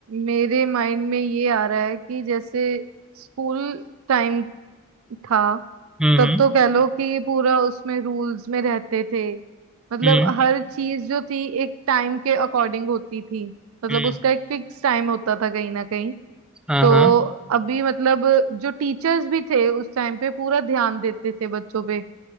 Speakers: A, on the right; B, in the centre.
A: मेरे माइंड में ये आ रहा है कि जैसे स्कूल टाइम था
B: हम्म
A: तब
B: हम्म
A: तो कह लो कि पूरा उसमें रूल्स में रहते थे मतलब
B: हम्म
A: हर चीज जो थी एक टाइम के अकॉर्डिंग होती थी मतलब
B: हम्म,
A: उसका एक फिक्स टाइम होता था कहीं ना कहीं
B: हाँ
A: तो
B: हाँ
A: अभी मतलब जो टीचर्स भी थे उस टाइम पे पूरा ध्यान देते थे बच्चों पे